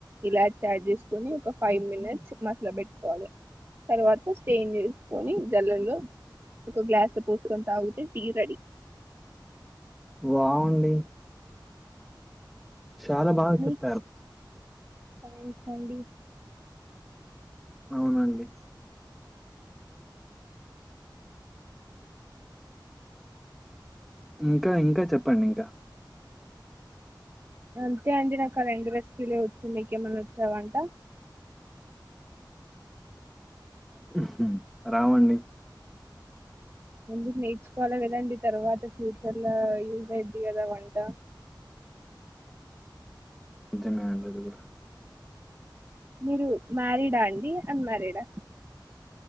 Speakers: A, on the right; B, in the centre.
A: ఇలాచి తయారు చేసుకుని ఒక ఫైవ్ మినిట్స్ మసలు పెట్టుకోవాలి తర్వాత షేర్ చేసుకొని <unintelligible> ఒక గ్లాస్ పోసుకొని తాగుతే టీ రెడి
B: వావ్ అండి చాలా బాగ
A: మీకు
B: చెప్పారు
A: <unintelligible>
B: అవునండి ఇంకా ఇంకా చెప్పండి ఇంక
A: అంతే అండి నాకు ఆ రెండు రెసిపీలు ఒచ్చు మీకేమన్నా వచ్చా వంట
B: హుహు రావండి
A: ఎందుకు నేర్చుకోవాలి కదాండి తర్వాత ఫ్యూచర్ లో యూజ్ అయిది కదా వంట
B: నిజమే అండి అది కూడా
A: మీరు మ్యారీడా అండి అన్మ్యారీడా